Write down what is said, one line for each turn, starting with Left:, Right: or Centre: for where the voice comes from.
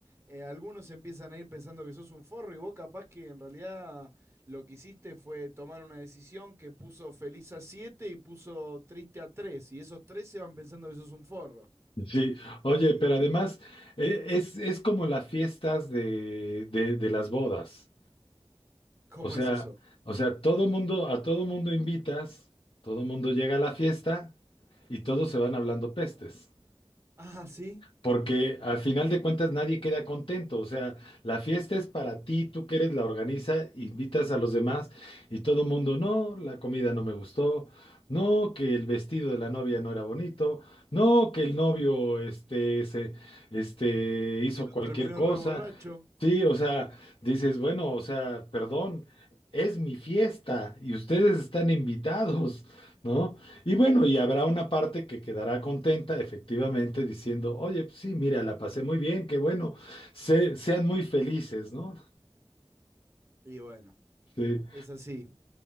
Right: eh, algunos empiezan a ir pensando que sos un forro y vos capaz que en realidad lo que hiciste fue tomar una decisión que puso feliz a 7 y puso triste a 3 y esos tres se van pensando que sos un forro.
Left: sí, oye,
Right: ¿Y
Left: pero además eh, es, es como las fiestas de, de de las bodas.
Right: cómo
Left: O sea,
Right: es eso?
Left: o sea, todo mundo, a todo mundo invitas, todo mundo llega a la fiesta y todos se van hablando pestes
Right: Ah, sí.
Left: porque al final de cuentas nadie queda contento, o sea, la fiesta es para ti, tú que eres la organiza, invitas a los demás y todo el mundo, no, la comida no me gustó, no, que el vestido de la novia no era bonito, no, que el novio este, se, este, hizo
Right: Que lo
Left: cualquier
Right: terminó
Left: cosa.
Right: reborracho.
Left: Sí, o sea, dices, bueno, o sea, perdón, es mi fiesta y ustedes están invitados, ¿no? Y bueno, y habrá una parte que quedará contenta, efectivamente, diciendo, oye, pues sí, mira, la pasé muy bien, qué bueno, se- sean muy felices, ¿no?
Right: Y bueno,
Left: Sí.
Right: es así.